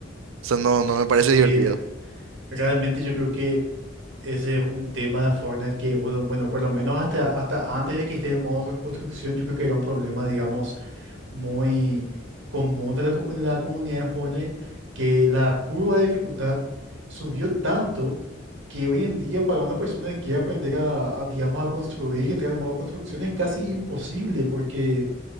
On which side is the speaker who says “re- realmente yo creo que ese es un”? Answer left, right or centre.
Right